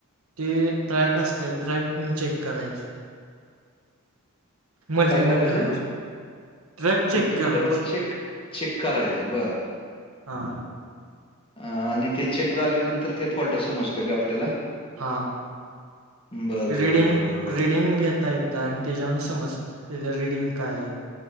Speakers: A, on the right (about 75°); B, on the left (about 25°).
A: ते ट्रॅक असत्यात. ट्रॅक न चेक करायचे. मल्टीमीटरवर.
B: काय करायचं?
A: ट्रॅक चेक
B: मल्टीमीटरवर
A: करायचे.
B: चेक चेक करायचं. बरं.
A: हा.
B: आणि ते चेक झाल्यानंतर ते फॉल्ट समजतो का आपल्याला?
A: हा.
B: बरं,
A: रीडिंग,
B: बरं, बरं, बरं, बरं.
A: रीडिंग घेत- ता येत आणि त्याच्यावरन समजत त्याच रीडिंग काय आहे?